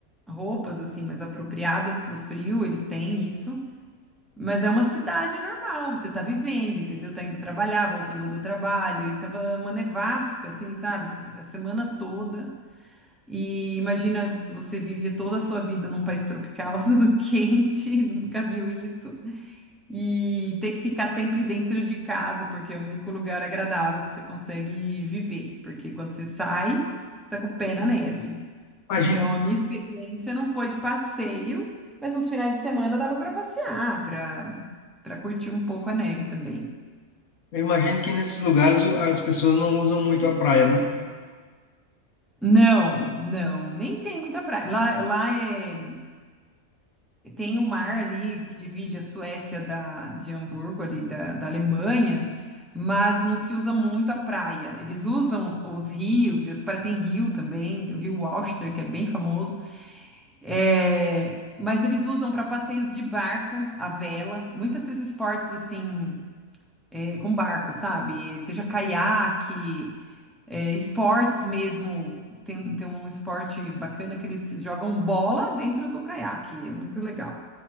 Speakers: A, in the centre; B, on the left (about 80°).
A: roupas assim mais apropriadas para o frio, eles têm isso. Mas é uma cidade normal, você tá vivendo, entendeu? Tá indo trabalhar, voltando do trabalho, e tava uma nevasca, assim, sabe? Essa- A semana toda. E imagina, você vive toda a sua vida num país tropical, <laughs> tudo quente, nunca viu isso e ter que ficar sempre dentro de casa, porque é o único lugar agradável que você consegue viver, porque quando você sai, tá com o pé na neve.
B: Imagino,
A: Hum. Então, a minha experiência não foi de passeio, mas nos finais de semana dava para passear, para para curtir um pouco a neve também.
B: eu imagino que nesses lugares o- as pessoas não usam muito a praia, né?
A: Não, não, nem tem muita praia. Lá, lá é. E Tem o mar ali que divide a Suécia da, de Hamburgo, ali da, da Alemanha, mas não se usa muito a praia. Eles usam os rios, e as praias tem rio também, o rio Alster, que é bem famoso. É, mas eles usam para passeios de barco, a vela, muitos desses esportes assim, é, com barco, sabe? Seja caiaque, é, esportes mesmo. Tem, tem um esporte bacana que eles jogam bola dentro do caiaque, é muito legal.